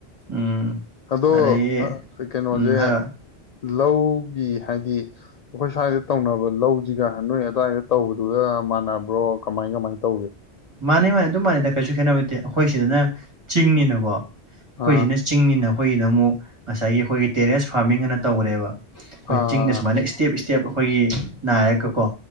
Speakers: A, on the right; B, on the left.
A: ꯎꯝ
B: ꯑꯗꯣ
A: ꯑꯗꯒꯤ
B: ꯑ ꯀꯩꯅꯣꯁꯦ꯫
A: ꯎꯝ ꯍꯥꯏꯔꯣ
B: ꯂꯧꯒꯤ ꯍꯥꯏꯗꯤ ꯑꯩꯈꯣꯏ ꯁ꯭ꯋꯥꯏꯗ ꯇꯧꯅꯕ ꯂꯧꯁꯤꯒ ꯅꯣꯏ ꯑꯗꯨꯋꯥꯏꯗ ꯇꯧꯕ ꯑꯗꯨꯒ ꯃꯥꯟꯅꯕ꯭ꯔꯣ ꯀꯃꯥꯏ ꯀꯃꯥꯏꯅ ꯇꯧꯒꯦ꯫
A: ꯃꯥꯅꯦ ꯃꯥꯅꯦ ꯑꯗꯨꯝ ꯃꯥꯟꯅꯗ ꯀꯩꯁꯨ ꯈꯦꯠꯅꯕꯗꯦ ꯑꯩꯈꯣꯏ ꯁꯤꯗꯅ ꯆꯤꯡꯅꯤꯅꯀꯣ ꯑꯩꯈꯣꯏꯁꯤꯅ
B: ꯑꯥ
A: ꯆꯤꯡꯅꯤꯅ ꯑꯩꯈꯣꯏꯒꯤꯗ ꯑꯃꯨꯛ ꯉꯁꯥꯏꯒꯤ ꯑꯩꯈꯣꯏꯒꯤ ꯇꯦꯔꯦꯁ ꯐꯥꯔꯃꯤꯡ ꯑꯅ ꯇꯧꯔꯦꯕ꯫ ꯑꯩꯈꯣꯏ
B: ꯑꯥ
A: ꯆꯤꯡꯗ ꯁꯨꯃꯥꯏꯅ ꯏꯁꯇꯦꯞ ꯏꯁꯇꯦꯞ ꯑꯩꯈꯣꯏꯒꯤ꯫ ꯅꯥꯏꯔꯀꯀꯣ
B: ꯑꯣ